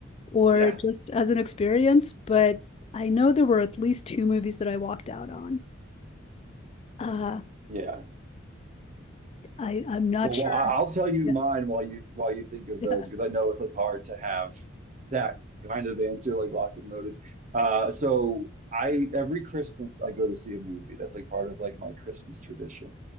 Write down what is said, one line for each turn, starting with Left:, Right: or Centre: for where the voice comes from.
Left: or
Right: Yeah.
Left: just as an experience. But I know there were at least two movies that I walked out on. Uh,
Right: Yeah.
Left: I I'm not
Right: Well,
Left: sure.
Right: well, I- I'll tell you
Left: Yeah,
Right: mine while you while you think of
Left: yeah.
Right: those because I know it's like hard to have that kind of answer like locked and loaded. Uh, so I every Christmas I go to see a movie. That's like part of like my Christmas tradition.